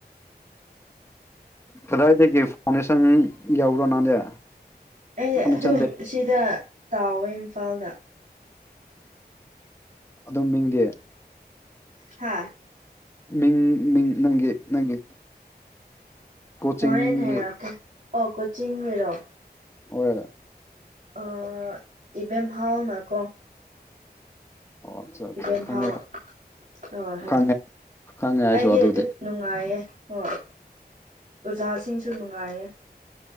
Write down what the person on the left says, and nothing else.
ꯀꯗꯥꯏꯗꯒꯤ ꯐꯥꯎꯟꯗꯦꯁꯟ ꯌꯥꯎꯗ ꯅꯪꯗꯤ
ꯐꯥꯎꯟꯗꯦꯁꯟ
ꯕꯦꯛ
ꯑꯗꯣ ꯃꯤꯡꯗꯤ
ꯃꯤꯡ ꯃꯤꯡ ꯅꯪꯒꯤ ꯅꯪꯒꯤ ꯀꯣꯆꯤꯡꯒꯤ
ꯍꯣꯏ
ꯑꯣ ꯑꯠꯆꯥ ꯑꯠꯆꯥ
ꯈꯪꯉꯦ
ꯈꯪꯉꯦ ꯈꯪꯉꯦ ꯑꯩꯁꯨ
ꯑꯗꯨꯗꯤ